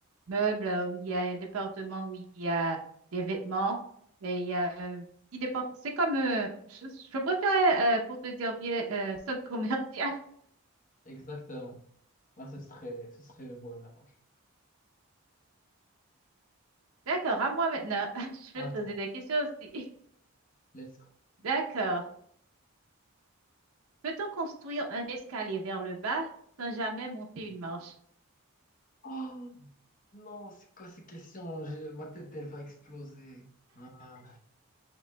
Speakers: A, on the right; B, on the left.
A: meubles, où il y a un département où il y a des vêtements, et il y a un petit département. C'est comme, euh, je, je préférais, euh, pour te dire bien, euh, centre commercial.
B: Exactement. Ah, ce serait, ce serait le bonheur. ouais.
A: <laughs> D'accord, à moi maintenant. <laughs> Je vais
B: À
A: te
B: toi.
A: poser des questions aussi.
B: Let's go.
A: <laughs> D'accord. Peut-on construire un escalier vers le bas sans jamais monter une marche?
B: Oh non, c'est quoi ces questions? J'ai- Ma tête, elle va exploser. Ah.